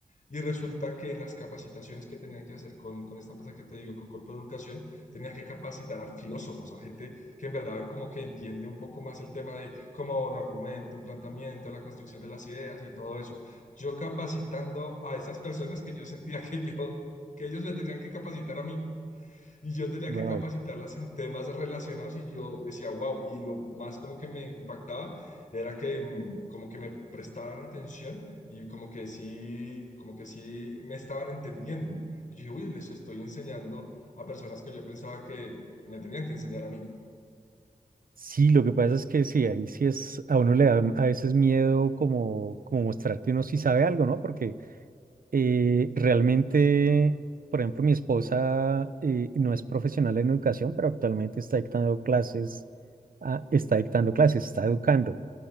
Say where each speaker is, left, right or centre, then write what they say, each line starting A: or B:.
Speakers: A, on the left (about 60°); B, on the right (about 75°).
A: Y resulta que en las capacitaciones que tenía que hacer con, con esta empresa que te digo, con Corpo de Educación, tenía que capacitar a filósofos, a gente que en verdad como que entiende un poco más el tema de cómo un argumento, un planteamiento, la construcción de las ideas y todo eso. Yo capacitando a esas personas que yo sentía que yo, que ellos me tenían que capacitar a mí. Y yo tenía
B: Wow.
A: que capacitarlas en temas relacionados y yo decía, wow, y lo más como que me impactaba era que mm, como que me prestaban atención y como que sí, como que sí me estaban entendiendo. Y yo dije, uy, les estoy enseñando a personas que yo pensaba que me tenían que enseñar a mí.
B: Sí, lo que pasa es que sí, ahí sí es, a uno le da a veces miedo como, como mostrar que uno sí sabe algo, ¿no? Porque eh, realmente, por ejemplo, mi esposa eh, no es profesional en educación, pero actualmente está dictando clases, ah, está dictando clases, está educando.